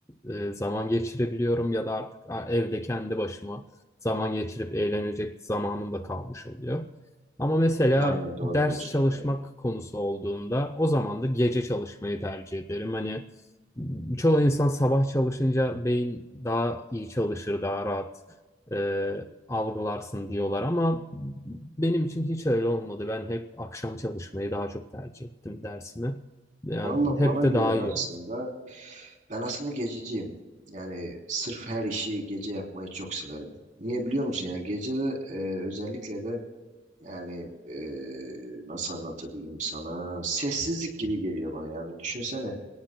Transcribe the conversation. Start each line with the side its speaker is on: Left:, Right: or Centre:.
Left: e, zaman geçirebiliyorum ya da artık evde kendi başıma zaman geçirip eğlenecek zamanım da kalmış oluyor. Ama mesela
Right: Aynen doğru
Left: ders
Right: diyorsun.
Left: çalışmak
Right: Aynen.
Left: konusu olduğunda o zaman da gece çalışmayı tercih ederim. Hani Çoğu insan sabah çalışınca beyin daha iyi çalışır, daha rahat e, algılarsın diyorlar ama benim için hiç öyle olmadı. Ben hep akşam çalışmayı daha çok tercih ettim dersimi. Yani
Right: Valla
Left: hep
Right: bana
Left: de
Right: göre
Left: daha
Right: de
Left: iyi
Right: aslında
Left: oldu.
Right: Ben aslında gececiyim. Yani sırf her işi gece yapmayı çok severim. Niye biliyor musun? Yani gece de, e, özellikle de yani e, nasıl anlatabilirim sana? Sessizlik gibi geliyor bana yani. Düşünsene